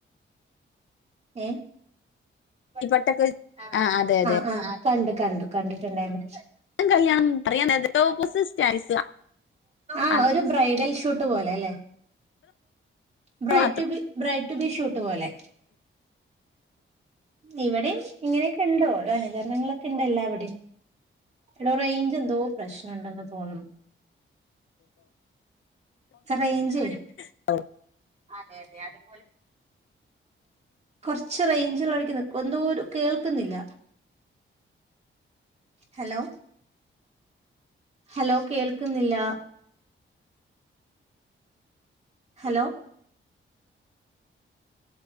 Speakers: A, on the right; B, on the left.
A: ഏഹ് <inaudible>
B: പെട്ടൊക്കെ
A: ആഹ്
B: ആ അതെ അതെ
A: ആഹ് ആഹ് കണ്ടു കണ്ടു കണ്ടിട്ടുണ്ടായിരുന്നു
B: <unintelligible> കല്യാണം <unintelligible>
A: ആഹ്
B: അത്
A: ഒരു ബ്രൈഡൽ ഷൂട്ട് പോലെ അല്ലെ ബ്രൈറ്റു
B: മാത്രം
A: ബി ബ്രൈറ്റു ബി ഷൂട്ട് പോലെ ഇവിടെം ഇങ്ങനെയൊക്കെ ണ്ടോ ഓരോ അനുകരണങ്ങളൊക്കെണ്ട് എല്ലാവിടെം എടോ റെയ്ഞ്ച് ന്തോ പ്രശ്നണ്ടന്ന് തോന്നു ച്ച റെയിഞ്ചെ
B: <inaudible>
A: അതെ അതെ അതുപോലെ കൊർച്ച് റെയിഞ്ചിള്ളടക്ക് ന്ക്കോ ന്തോരു കേൾക്ക്ന്നില്ല ഹലോ ഹലോ കേൾക്ക്ന്നില്ല ഹലോ